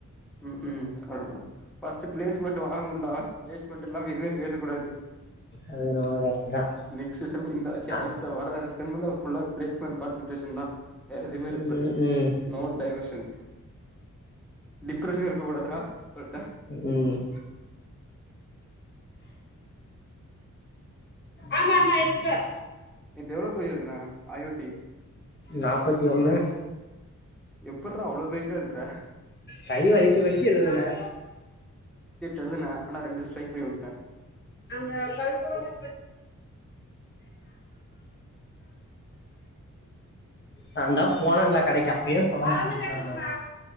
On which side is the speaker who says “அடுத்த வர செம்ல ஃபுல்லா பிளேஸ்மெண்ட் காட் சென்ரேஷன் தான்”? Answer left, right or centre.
Centre